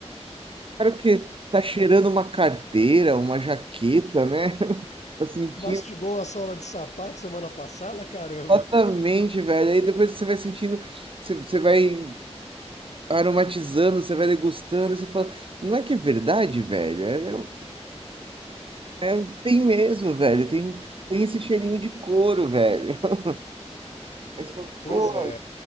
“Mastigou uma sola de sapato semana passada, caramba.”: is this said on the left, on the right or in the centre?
Left